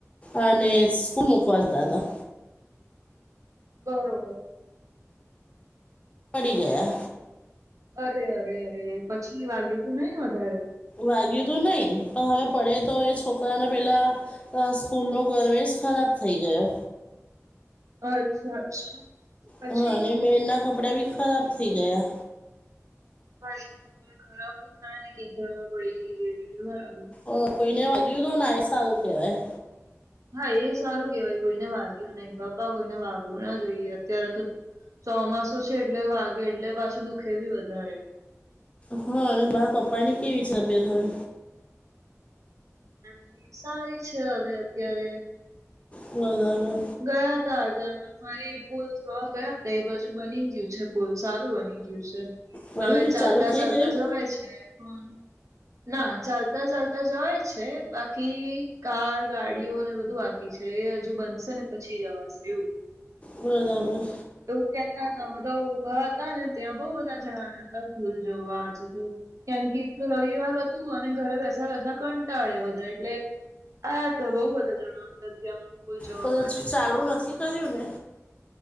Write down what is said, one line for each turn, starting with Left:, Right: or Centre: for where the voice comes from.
Left: અને સ્કૂલ મૂકવા જતા હતા.
Right: બરોબર.
Left: પડી ગયા.
Right: અરે! અરે! અરે! પછી વાગ્યુ તું નઈ ને? વધારે.
Left: વાગ્યું તો નઈ. પય હવે, પડે તો એ છોકયાને પેલા અ સ્કૂલ નો ગયવેશ ખયાબ થઇ ગયો.
Right: અચ્છા, અચ્છા પછી?
Left: હા, અને બેનના કપડા બી ખયાબ થઈ ગયા.
Right: હા એતો, અવે ખરાબ તો થાય ને કે કીચળમાં પડી જઈએ એટલે બયાબ
Left: અ કોઈને વાગ્યું તો ના, એ સાયુ કેવાય.
Right: હા, એ સારું કેવાય. કોઈને વાગ્યું નઈ. બાપા કોઈને વાગવું ના જોઈએ અત્યારે તો ચોમાસું છે, એટલે વાગે એટલે પાછું દુઃખે બી વધારે.
Left: હ અવે માયા પપ્પા ની કેવી છે, અબિયત હવે?
Right: એમેય. સારી છે, હવે અત્યારે.
Left: બલાબલ.
Right: ગયા હતા, આજે અમે. મારી પુલ જોવા ગયા હતા. એ બાજુ બની ગીયુ છે. પુલ સારુ બની ગીયુ સે.
Left: બની
Right: હવે
Left: ગયું
Right: ચાલતા
Left: ચાલુ થઈ
Right: ચાલતા
Left: ગયું
Right: જવાય છે. પણ.... ના, ચાલતા ચાલતા જવાય છે. બાકી કાર, ગાડીઓને બધુ બા કી છે. એ અજુ બનસે ને પછી જવાસે એવું.
Left: બરાબર.
Right: એવું કેતા અતા બધા ઉભા હતા ને, ત્યાં બઉ બધા જણાયા હતા ભૂલ જોવા અજુ તો. કેમ કે, એક તો રવિવાર અતું અને ઘરે બેસા બેસા કંટાડે બધા એટલે આયા હતા. બઉ બધા જણા હતા ત્યાં. ફૂલ જોવા
Left: બધ
Right: માટે
Left: અજુ ચાલુ નથી કર્યું ને?